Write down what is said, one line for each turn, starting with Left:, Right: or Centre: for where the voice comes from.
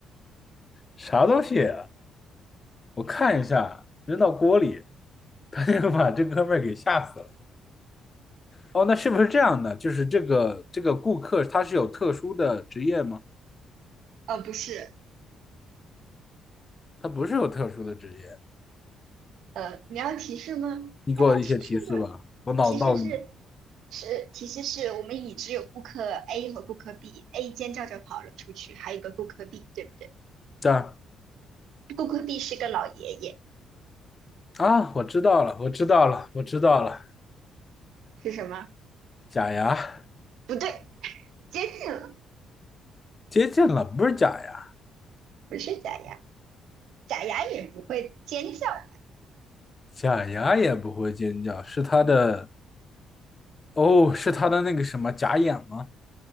Left: 啥东西？我看一下，扔到锅里，他就把这哥们儿给吓死了。哦，那是不是这样的？就是这个这个顾客他是有特殊的职业吗？
Right: 呃，不是，
Left: 他不是有特殊的职业，
Right: 呃，你要提示吗？
Left: 你给我一些提示吧。
Right: 要提示吗？
Left: 我脑到底
Right: 提示是是提示是我们已知有顾客 A 和顾客 B，A 尖叫着跑了出去，还有一个顾客 B，对不对？
Left: 这儿
Right: 顾客 B 是个老爷爷，
Left: 啊，我知道了，我知道了，我知道了。
Right: 是什么？
Left: 假牙
Right: 不对，接近了，
Left: 接近了，不是假牙，
Right: 不是假牙，假牙也不会尖叫吧？
Left: 假牙也不会尖叫，是他的哦，是他的那个什么假眼吗？